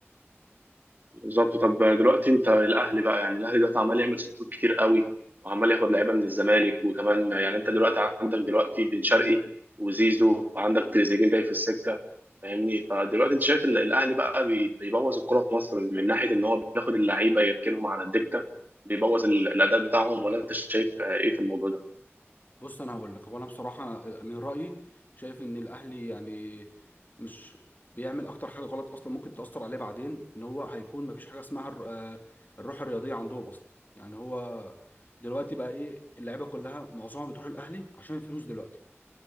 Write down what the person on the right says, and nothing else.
بالظبط طب دلوقتي انت الاهلي بقى يعني الاهلي دلوقتي عمال يعمل صفقات كتير قوي وعمال ياخد لعيبه من الزمالك وكمان يعني انت دلوقتي عندك دلوقتي بن شرقي وزيزو وعندك تريزيجيه جاي في السكه فاهمني فدلوقتي انت شايف ال- الاهلي بقى بي- بيبوظ الكره في مصر من ناحيه ان هو بياخد اللعيبه يركنهم على الدكه بيبوظ ال- الاداء بتاعهم ولا انت شايف آه، ايه في الموضوع ده؟